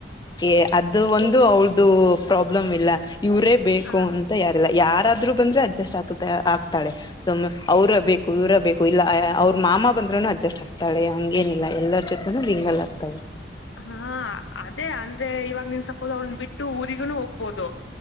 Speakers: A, on the left; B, on the left.
A: ಛೇ ಅದು ಒಂದು ಅವ್ರ್ದು ಪ್ರಾಬ್ಲಮ್ ಇಲ್ಲ ಇವರೇ ಬೇಕು
B: ಹ
A: ಅ. ತಯಾರಿಲ್ಲ ಯಾರಾದ್ರೂ ಬಂದ್ರೆ ಅಡ್ಜಸ್ಟ್ ಆ ಆಗ್ತಾಳೆ. ಸುಮ್ನೆ ಅವ್ರೆ ಬೇಕು ಇವರೇ ಬೇಕು ಇಲ್ಲ ಅವ್ರು ಮಾಮ ಬಂದ್ರೂನೂ ಅಡ್ಜಸ್ಟ್ ಆಗ್ ತಳೆ ಹಂಗೇನಿಲ್ಲ ಎಲ್ಲರೂ ಜೊತೆನೂ ಮಿಂಗಲ್ ಆಗ್ತಳೆ.
B: ಹಾ ಅದೇ ಅಂದ್ರೆ ಇವಾಗ ನಿನ್ ಸಪೋಸ್ ಅವ್ನ ಬಿಟ್ಟು ಊರಿಗುನು ಹೋಗ್ಬೋದು.